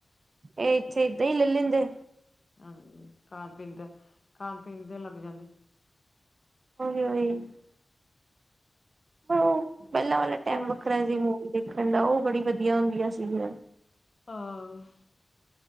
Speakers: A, on the right; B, on the left.
A: ਇਹ, ਇੱਥੇ ਏਦਾਂ ਹੀ ਲੇ ਲੈਂਦੇ।
B: ਹਾਂਜੀ, ਖਾਣ-ਪੀਣ ਦਾ, ਖਾਣ-ਪੀਣ ਦੇ ਲੱਗ ਜਾਂਦੇ।
A: ਉਹੀ- ਉਹੀ, ਹੁਣ ਉਹ ਪਹਿਲਾਂ ਵਾਲਾ ਟੈਮ
B: ਹੋਰ
A: ਵੱਖਰਾ ਸੀ, ਮੂਵੀ ਦੇਖਣ ਦਾ ਉਹ, ਬੜੀ ਵਧੀਆ ਹੁੰਦੀਆਂ ਸੀਗੀਆ।
B: ਹਾਂ,